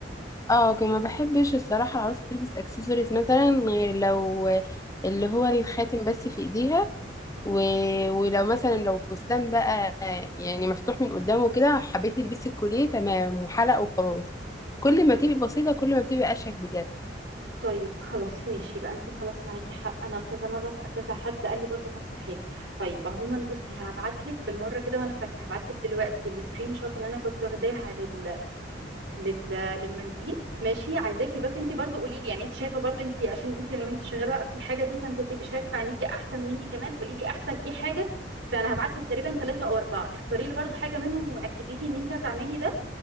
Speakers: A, on the left; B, on the right.
A: اه كنت ما بحبش الصراحة العروسة تلبس اكسسوارز مثلا غير لو اللي هو الخاتم بس في ايديها و... ولو مثلا لو فستان بقى يعني مفتوح من قدامه كده حبيتي تلبسي الكوليه تمام وحلق وخلاص كل ما تبقي بسيطة كل ما بتبقي اشيك بجد
B: طيب خلاص ماشي يبقى انتي خلاص معاكي حق انا كذا مره س- كذا حد قال لي برضه نفس الحاجه طيب عموما بصي هبعت لك بالمره كده وانا فاكره هبعت لك دلوقتي السكرين شوت اللي انا كنت واخداها لل... لل... للمنديل ماشي عايزاكي بس انتي برضه قولي لي يعني انت شايفه برضه انتي عشان انتي لو انتي شغاله بقى في الحاجه دي فانتي هتبقي شايفه عينيكي احسن مني كمان قولي لي احسن ايه حاجه فانا هبعت لك تقريبا ثلاثه او اربعه اختاري لي برضه حاجه منهم واكدي لي ان انتي هتعملي ده